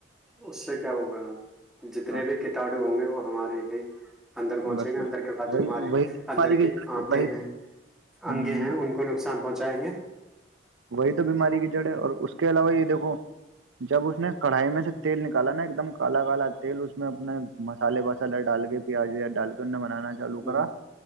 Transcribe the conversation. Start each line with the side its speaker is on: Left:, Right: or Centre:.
Centre: اس سے کیا ہوگا جتنے
Right: ہاں،
Centre: بھی کٹانو ہوں گے وہ ہمارے جی اندر پہنچیں
Right: بس
Centre: گے
Right: وہی
Centre: اندر کے بعد جو ہمارے
Right: وہی
Centre: اندر
Right: بیماری کی
Centre: کے
Right: جڑ،
Centre: آنتے
Right: وہی
Centre: ہیں
Right: ہوں،
Centre: انگے ہیں ان کو نقصان پہنچائیں
Right: وہی تو بیماری کی جڑ ہے اور اس اس کے علاوہ یہ دیکھو جب اس نے کڑھائی میں سے تیل نکالا نا ایک دم کالا کالا تیل اس میں اپنے مسالے وسالے ڈال کے پیاز ویاز ڈال کے ان نے بنانا چالو
Centre: گے
Right: کرا